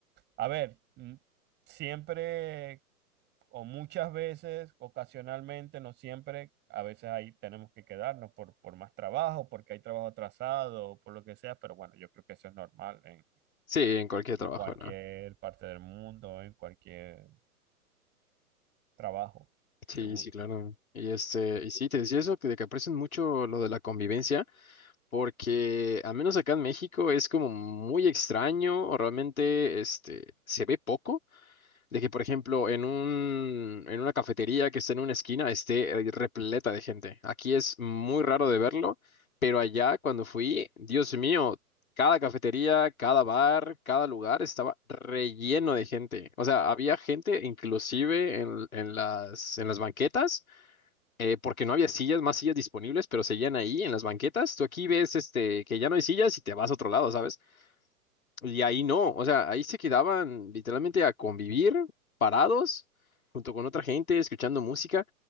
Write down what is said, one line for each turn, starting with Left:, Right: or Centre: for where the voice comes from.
Right: a ver, mm, siempre o muchas veces, ocasionalmente, no siempre, a veces ahí tenemos que quedarnos por, por más trabajo, porque hay trabajo atrasado, o por lo que sea, pero bueno, yo creo que eso es normal en,
Left: Sí, en cualquier
Right: en
Left: trabajo,
Right: cualquier
Left: ¿no?
Right: parte del mundo, en cualquier trabajo,
Left: Sí,
Right: seguro.
Left: sí, claro. Y este, y sí, te decía eso, que de que aprecian mucho lo de la convivencia, porque al menos acá en México es como muy extraño, o realmente este se ve poco. de que, por ejemplo, en un, en una cafetería que esté en una esquina esté eh, repleta de gente. Aquí es muy raro de verlo, pero allá cuando fui, Dios mío, cada cafetería, cada bar, cada lugar estaba relleno de gente. O sea, había gente inclusive en, en las, en las banquetas, eh, porque no había sillas, más sillas disponibles, pero seguían ahí en las banquetas. Tú aquí ves este, que ya no hay sillas y te vas a otro lado, ¿sabes? Y ahí no, o sea, ahí se quedaban literalmente a convivir parados junto con otra gente, escuchando música.